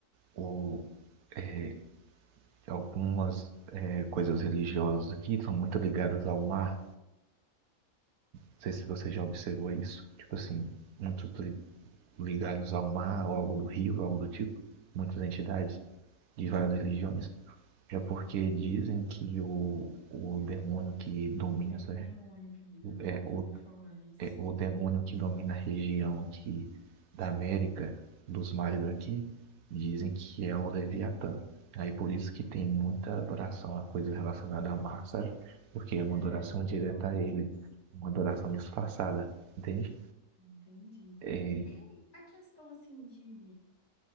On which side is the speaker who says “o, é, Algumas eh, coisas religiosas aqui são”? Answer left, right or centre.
Right